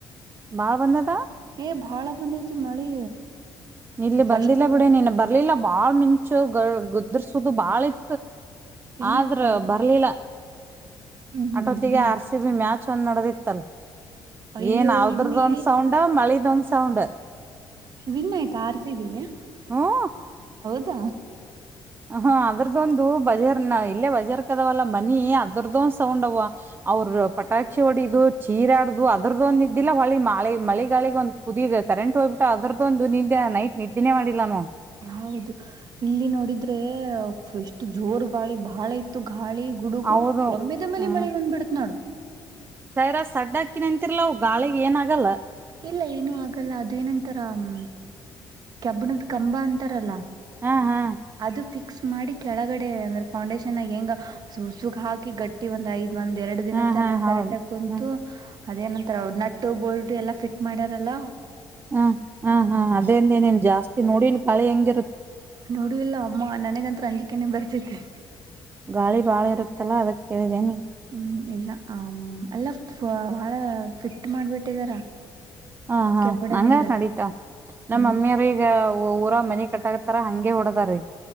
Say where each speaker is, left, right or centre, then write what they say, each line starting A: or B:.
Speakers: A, on the right (about 25°); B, on the right (about 55°).
A: ಬಾ ಬಂದದ
B: ಏ ಬಾಳ ಬಂದ ಐತಿ ಮಳಿ
A: ಇಲ್ಲಿ
B: ಫಸ್ಟ್
A: ಬಂದಿಲ್ಲ ಬಿಡಿ ನೀನ್ ಬರ್ಲಿಲ್ಲ ಬಾಳ್ ಮಿಂಚು ಗ ಗುದದರ್ಸೋದು ಬಾಳ ಇ
B: ಇಲ್ಲಿ
A: ಆದ್ರ
B: ಹ್ಮ್
A: ಬರ್ಲಿಲ್ಲ
B: ಹ್ಮ್
A: ಅಟೋತ್ತಿಗೆ
B: ಹ್ಮ್
A: ಆರ್ ಸಿ ಬಿ ಮ್ಯಾಚ್ ಚ ಒಂದ್ ನಡದಿತ್ತಲ್
B: ಅಯ್ಯೋ
A: ಏನ್ ಅವ್ರದ
B: ಇಲ್ಲಿ
A: ಒಂದ್ ಸೌಂಡ್ ಮಳಿದ್ ಒಂದ್ ಸೌಂಡ್
B: ವಿನ್ ಆಯ್ತಾ ಆರ್ಸಿಗೆಗೆ
A: ಹ್ಮ
B: ಕತ್ತ
A: ಹ ಅದ್ರದ್ದೊಂದು ಬಜಾರ್ ನ ಇಲ್ಲೇ ಬಜಾರ್ ಕದಾವಲ್ಲ ಮನಿ ಅದ್ರದೊಂದ್ ಸೌಂಡ್ ಅವವ ಅವ್ರ ಪಟಾಕ್ಷಿ ಹೊಡಿದು ಚೀರಾಡ್ದು ಅದ್ರದ್ದ ಒಂದ ಇದಿಲ್ಲ ಹೊಳಿ ಮಳೆ ಮಳೆಗಾಳಿಗೆ ಒಂದು ಕುದ ಕರೆಂಟ್ ಹೋಗ್ ಅದ್ದ ಒಂದು ನಿೆ ನೈಟ್ ನಿದ್ದೆೇ ಮಾಡಿಲ್ಲ ನೋಡ್
B: ಹೌದು ಇಲ್ಲಿ ನೋಡಿದ್ರೆ ಫಷ್ಟ್ ಜೋರ್ ಬಾಳಿ ಬಾಳ ಇತ್ತು ಹಾಳಿ ಗುಡುಗು
A: ಹೌದು
B: ಒಮ್ಮೆದ ಮೇಲೆ
A: ಹ್ಮ್
B: ಮಳೆ ಬಂದ್ಬ ಬಿಡತ್ ನೋಡು
A: ಸೈರ ಸಡ್ ಹಾಕಿನಂತಿರ್ವು ಗಾಳಿಗೆ ಏನ ಆಗಲ್ಲ
B: ಇಲ್ಲ ಏನು ಆಗಲ್ಲ ಅದೇಏನಂತಾರ ಹ್ಮ್ ಕೆಬ್ಬಣದ ಕಂಬ ಅಂತಾರಲ್ಲ
A: ಹಾ ಹಾ
B: ಅದು ಫಿಕ್ಸ್ ಮಾಡಿ ಕೆಳಗಡೆ ಅಂದ್ರೆ ಫೌಂಡೇಶನ್ ಹೆಂಗ ಸಸುಗ ಹಾಕಿ ಗಟ್ಟಿ ಒಂದ್ ಐದು. ಒಂದ್ ಎರಡು ದಿನ
A: ಹಾ
B: ತನ
A: ಹಾ ಹೌದು
B: ಕರೆಕ್ಟ್ ಆಗ ಕುಂತು.
A: ಹ್ಮ್
B: ಅದೇನಂತರ ಅವ ನಟ್ಟು ಬೋಲ್ಡ್ ಎಲ್ಲಾ ಫಿಟ್ ಮಾಡಾರಲ್ಲ.
A: ಹ ಹಾ ಹಾ ಅದೇದ ನನ್ ಜಾಸ್ತಿ ನೋಡಿನ್ ಕಾಳಿ ಹೆಂಗಿರುತ್ತ
B: ನೋಡ ಇಲ್ಲ ಅಮ್ಮ ನನಗಂತೂ ಅಂಜಿಕೆನೇ ಬರ್ತೇತಿ
A: ಗಾಳಿ ಬಾಳ ಇರುತ್ತಲ್ಲಾ ಅದ ಕೇಳಿದ್ದೇನೆ
B: ಹ್ಮ್ ಇಲ್ಲ ಹ ಎಲ್ಲ ಬಾಳ ಫಿಟ್ ಮಾಡ್ಬಿಟ್ಟಿದಾರ.
A: ಹಾ ಹಾ
B: ಕೆಬ್ಬಣದಿಂದ
A: ನಂಗ ನಡೀತ ನಮ್ಮ
B: ಹ್ಮ್
A: ಅಮ್ಮಿಯ್ರ ಈಗ ಊರ ಮನೆ ಕಟ್ಟಕ ತರ ಹಂಗೆ ಹೊಡದ ರೀ